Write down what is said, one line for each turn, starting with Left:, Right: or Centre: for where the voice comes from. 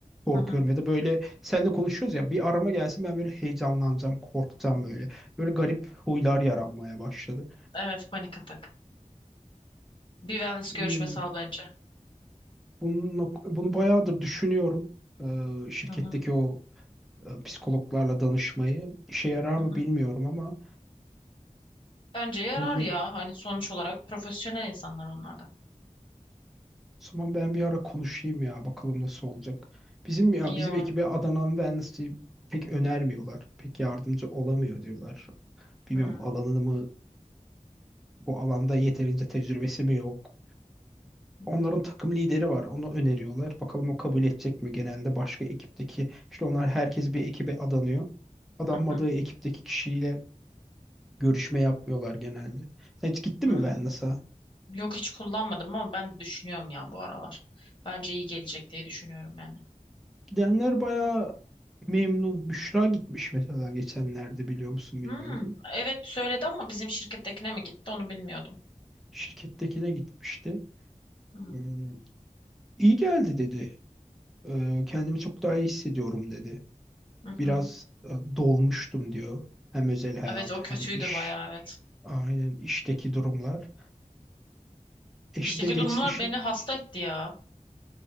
Centre: korkuyorum
Left: hı hı.
Centre: ya da böyle seninle konuşuyoruz ya bir arama gelsin ben böyle heyecanlanacağım, korkacağım böyle. Böyle garip huylar yaranmaya başladı.
Left: Evet, panik atak. Bir wellness
Centre: Bilmiyorum
Left: görüşmesi al bence.
Centre: Bununla, bunu bayağıdır düşünüyorum. Ee, şirketteki
Left: Hı hı,
Centre: o e, psikologlarla danışmayı. İşe yarar mı
Left: hı hı.
Centre: bilmiyorum ama
Left: Bence yarar
Centre: bununla
Left: ya.
Centre: o
Left: Hani sonuç olarak profesyonel insanlar onlar da.
Centre: zaman ben bir ara konuşayım ya bakalım nasıl olacak. Bizim ya
Left: İyi
Centre: bizim
Left: olur.
Centre: ekibe Adana Wednesday pek önermiyorlar. Pek yardımcı olamıyor diyorlar. Bilmiyorum
Left: Hı hı,
Centre: alanını mı bu alanda yeterince tecrübesi mi yok.
Left: hı
Centre: Onların
Left: hı,
Centre: takım lideri var. Onu öneriyorlar. Bakalım o kabul edecek mi? Genelde başka ekipteki işte onlar herkes bir ekibe adanıyor adanmadığı
Left: hı.
Centre: ekipteki kişiyle Görüşme yapmıyorlar genelde. Sen hiç gittin
Left: Hı.
Centre: mi Wellness'a?
Left: Yok hiç kullanmadım ama ben düşünüyorum ya bu aralar. Bence iyi gelecek diye düşünüyorum yani.
Centre: Gidenler bayağı memnun. Büşra gitmiş mesela geçenlerde biliyor musun bilmiyorum.
Left: Hı. Evet söyledi ama bizim şirkettekine mi gitti onu bilmiyordum.
Centre: Şirkettekine gitmişti.
Left: Hı
Centre: Hmm, İyi geldi dedi. Ee, Kendimi çok daha iyi hissediyorum dedi.
Left: hı.
Centre: Biraz
Left: hı.
Centre: e, dolmuştum diyor. Hem özel hayat
Left: Evet o kötüydü
Centre: hem iş.
Left: bayağı evet.
Centre: Aynen işteki durumlar. Eşi
Left: İşteki
Centre: de geçti
Left: durumlar
Centre: işi.
Left: beni hasta etti ya.